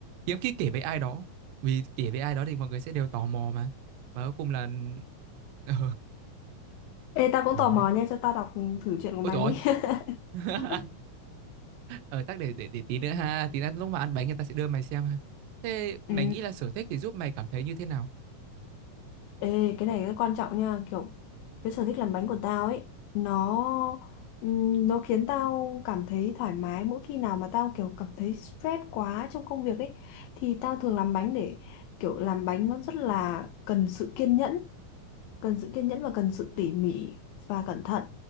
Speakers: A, on the right; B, on the left.
A: hiếm khi kể với ai đó vì kể với ai đó thì mọi người sẽ đều tò mò mà và cuối cùng là <laughs> ờ
B: Ê, tao cũng
A: ờ
B: tò
A: đấy
B: mò nha, cho tao đọc thử chuyện của
A: ôi
B: mày
A: trời
B: đi.
A: ơi <laughs>
B: <laughs>
A: ờ chắc để để để tí nữa ha tí nữa lúc mà ăn bánh người ta sẽ đưa mày xem ha thế mày
B: Ừ.
A: nghĩ là sở thích thì giúp mày cảm thấy như thế nào
B: Ê, cái này rất quan trọng nha, kiểu cái sở thích làm bánh của tao ấy, nó ừm, nó khiến tao cảm thấy thoải mái mỗi khi nào mà tao kiểu cảm thấy stress quá trong công việc ấy thì tao thường làm bánh để kiểu làm bánh nó rất là cần sự kiên nhẫn cần sự kiên nhẫn và cần sự tỉ mỉ và cẩn thận